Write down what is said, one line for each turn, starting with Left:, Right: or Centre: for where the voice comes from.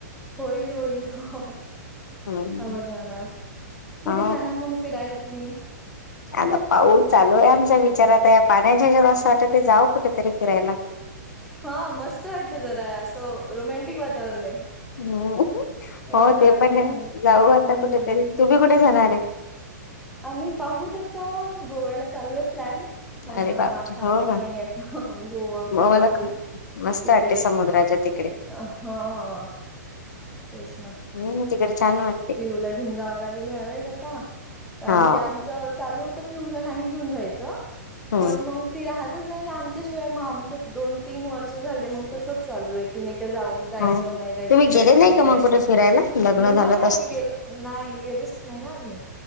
Centre: होईल होईल का
Left: हम्म
Centre: बर नाही होणार कुठे
Left: हा
Centre: जाणार मंग फिरायला तुम्ही.
Left: आता पाऊल चालू आहे आमचा विचारात आहे पाण्याच्या ज्याला असं वाटत ते जाव कुठेतरी फिरायला.
Centre: हा मस्त वाटते जरा असं रोमॅंटिक वातावरण आहे.
Left: हम्म
Centre: वातावरण
Left: हो ते पण
Centre: चांगलं
Left: आहे जाऊ आता,
Centre: हम्म
Left: कुठेतरी तुम्ही कुठे जाणार
Centre: मग
Left: आहे?
Centre: आम्ही पाहूत आता गोव्याला चालू आहे प्लॅन. पण
Left: अरे
Centre: आता
Left: बापरे
Centre: सांगता
Left: हो का
Centre: नाही येता गोवा, कोल्हापूर
Left: म मला ख मस्त
Centre: तिकडे
Left: वाटते समुद्राच्या तिकडे
Centre: अ हा तेच ना
Left: हम्म तिकडे छान वा
Centre: पिहुला घेऊन जावं लागेल ह्यावेळेस आता कारण
Left: हा
Centre: की आम चालूत पिऊला नाही घेऊन जायचं
Left: हम्म
Centre: पण मग. ती राहतच नाही ना आमच्याशिवाय म आमच दोन-तीन वर्ष झाली मंग तसच चालू आहे की नाही का जाऊ. जायच
Left: हो
Centre: नाही जायच
Left: तुम्ही
Centre: जायच
Left: गेले
Centre: नाही
Left: का
Centre: जायचं
Left: मग कुठे फिरायला लग्न झालं
Centre: नाय
Left: तस
Centre: आम्ही गेलो नाही गेलच नाही ना आम्ही